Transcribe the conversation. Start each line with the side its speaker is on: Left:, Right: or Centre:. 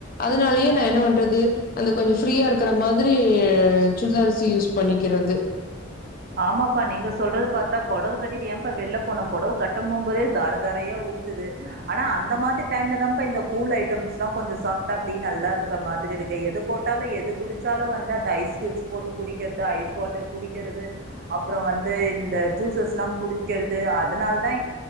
Left: அதனாலயே நா என்ன பண்றது அந்த கொஞ்ச ஃப்ரீயா இருக்கற மாதிரி சுடிதார்ஸ் யூஸ் பண்ணிக்கிறது
Right: ஆமாப்பா நீங்க சொல்றது பாத்தா பொடவ கட்டிட்டு ஏன்பா வெல்ல போனம் பொடவ கட்டும் போம்போதே தார தாரையா ஊத் த்துது ஆனா அந்த மாதிரி டைம்ல தா பா இந்த கூல் ஐட்டம்ஸ்லா கொஞ்ச சாப்டா அப்டி நல்லா இருக்கற மாதிரி இருக் எது போட்டாலு எது குடிச்சாலு வந்து அது அந்த ஐஸ் கியூப்ஸ் போட்டு குடிக்கிறது ஐஸ் வாட்டர் குடிக்கிறது அப்புற வந்து இந்த ஜூசஸ் எல்லா குடிக்கிறது அதனால தா